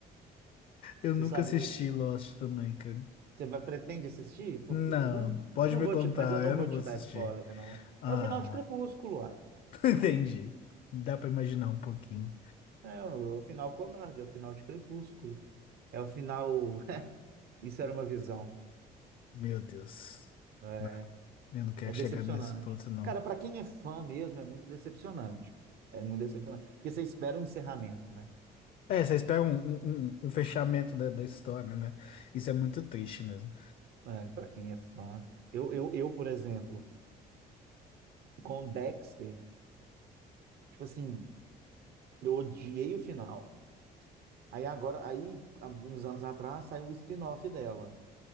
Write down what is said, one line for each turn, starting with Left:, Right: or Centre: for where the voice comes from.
Left: Eu
Right: Você
Left: nunca
Right: sabe,
Left: assisti Lost também, cara.
Right: você vai, pretende assistir? Porque
Left: Não,
Right: não,
Left: pode
Right: não
Left: me
Right: vou
Left: contar,
Right: te, mas eu não
Left: eu
Right: vou
Left: não vou
Right: te
Left: assistir.
Right: dar spoiler, não.
Left: Ah,
Right: É o final de Crepúsculo, uai.
Left: <laughs> entendi. Dá pra imaginar um pouquinho.
Right: É, o é o final covarde, é o final de Crepúsculo. É o final. <laughs> Isso era uma visão.
Left: Meu Deus.
Right: É,
Left: Não, eu não quero
Right: é
Left: chegar
Right: decepcionante.
Left: nesse ponto, não.
Right: Cara, para quem é fã mesmo, é muito decepcionante. É muito decepcionante. Porque você espera um encerramento, né?
Left: É, vocês pegam um, um- um um fechamento da, da história, né? Isso é muito triste mesmo.
Right: É, para quem é fã. Eu, eu, eu, por exemplo, com Dexter. Tipo assim, eu odiei o final. Aí agora, aí, há uns anos atrás, saiu o spin-off dela,